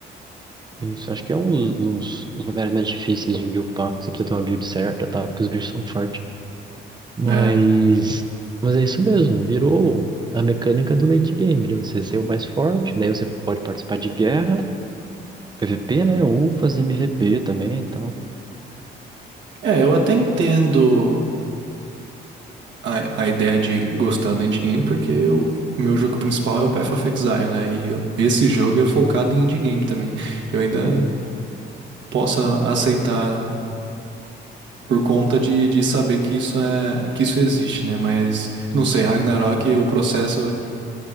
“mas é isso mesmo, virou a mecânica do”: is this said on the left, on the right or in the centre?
Right